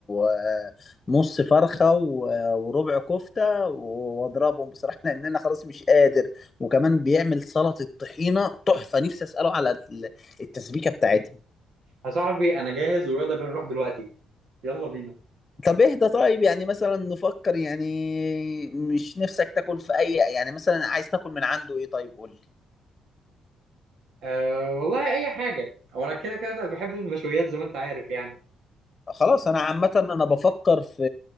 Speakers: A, on the left; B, on the right.
A: آه، نص فرخة و- وربع كفتة و- وأضربهم بصراحة لأن أنا خلاص مش قادر وكمان بيعمل سلطة طحينة تحفة نفسي أسأله على ال- التسبيكة بتاعتها
B: يا صاحبي انا جاهز ويلا بينا نروح دلوقتي يلا بينا
A: طب اهدى طيب يعني مثلا نفكر يعني مش نفسك تاكل في أي يعني مثلا عايز تاكل من عنده إيه طيب قول لي
B: أه والله اي حاجه او انا كده كده بحب المشويات زي ما انت عارف يعني
A: خلاص انا عامه انا بفكر في